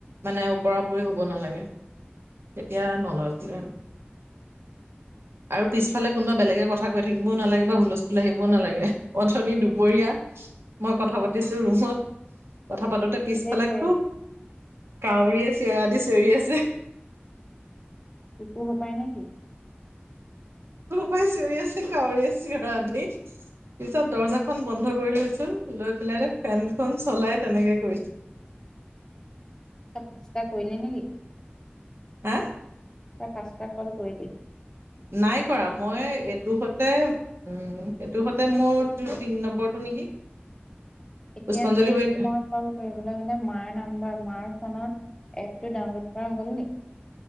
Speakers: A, on the right; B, on the left.
A: মানে উপৰা-উপৰি হ'ব নালাগে। এতিয়া নলয় বোলে হেনো। আৰু পিছফালে কোনোবা বেলেগে কথা কৈ থাকিবও নালাগে। টা হুলস্থুল আহিবও নালাগে, অথনি দুপৰীয়া মই কথা পাতিছো ৰুমত কথা পাতোতে পিছফালে
B: চবেই কৈ
A: খুব
B: আছে
A: কাউৰী আছে। চিঞৰাদি চিঞৰি আছে।
B: <inaudible> পায় নাই কি?
A: পাই চিঞৰি আছে কাউৰ আ চিঞৰা দি। পিছত দৰ্জাখন বন্ধ কৰি লৈছো, লৈ পেলাই ফেনখন চলাই তেনেকে কৰিছিলো। <inaudible>
B: <unintelligible> কৰিলে নেকি?
A: হা?
B: তই পাছ তা কল কৰিলি?
A: নাই কৰা মই এইটো হতে উ এইটো হতে মোৰ তিন নম্বৰটো। নেকি?
B: এতিয়া
A: পুষ্পাঞ্জলি
B: নেক্সট্
A: বাৰীত
B: মই কল কৰিবলৈ হলে মাৰ নাম্বাৰ মাৰ ফনত এপটো ডাউনলোড কৰা হ'ল নি?